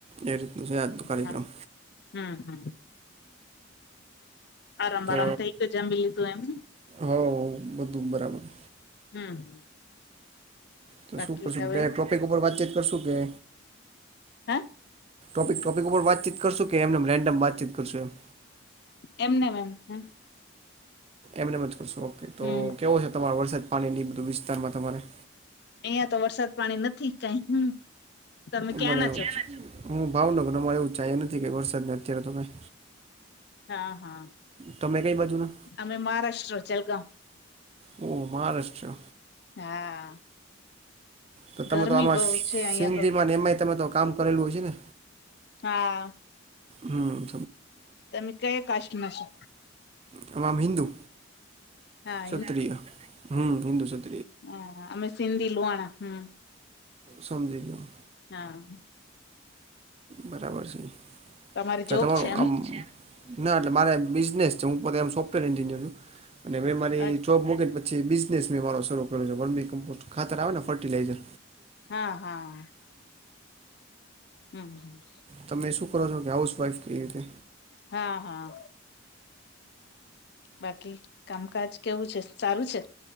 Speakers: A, on the right; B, on the left.
A: એ રીતનું છે. આજનુ કાર્યક્રમ.
B: હા હમ, હમ, આરામ
A: તો
B: આરામ થઇ ગયો જંમી લીધું એમ.
A: હો, બધું બરાબર.
B: હમ.
A: તો
B: બાકી
A: શું કરશું,
B: હવે
A: ટોપિક ઉપર વાતચીત કરશું કે
B: હે.
A: ટોપિક ઉપર વાતચીત કરશું કે એમને એમ રેન્ડમ વાતચીત કરશું એમ.
B: એમને એમ હમ.
A: એમને મ જ કરશો ઓકે તો
B: હમ
A: કેવો છે તમારો વરસાદ પાણી ની બધું વિસ્તારમાં તમારે.
B: અહિયાં તો વરસાદ પાણી નથી કઈ, હમ. તમે ક્યાંના
A: અરે
B: છો
A: હું ભાવનગર અમારે એવું ચા નથી કે વરસાદ ને અત્યારે તો કઈ.
B: હા, હા,
A: તમે કઈ બાજુના
B: અમે મહારાષ્ટ્ર ચલગાવ.
A: હુ મહારાષ્ટ્ર.
B: હા.
A: તો તમે
B: ગરમી
A: તો આમાં
B: બહુ
A: સિંધીમાં
B: છે અહિયાં તો
A: એમય તમે તો કામ કરેલું હછે ને.
B: હા.
A: હમ્મ.
B: તમે કઈ કાસ્ટ્ટમાંશો?
A: તમામ હિન્દુ.
B: હા
A: સત્રીય હમ, હિન્દુ સત
B: આ હા, અમે સિંધી લુંવાણા હમ.
A: સમજી ગીયો.
B: હા.
A: બરાબર છે.
B: તમારે
A: તો
B: જોબ
A: તમારું
B: છે એમ
A: આમ ના એટલે મારે બિઝનેસ છે હું પોતે આમ સોફ્ટવેર એન્જિનિયર છું અને મે મારી
B: હા
A: જોબ મુકીને પછી છે બિઝનેસ મારો શરૂ કરયો છે વનમી કંપોઝ ખાતર આવે ને ફર્ટિલાઈઝર
B: હા હા. હમ્મ હમ્મ.
A: તમે શું કરો છો કે હાઉસવાઈફ કે એવી રીતે?
B: હા હા. બાકી કામકાજ કેવું છે સારું છે?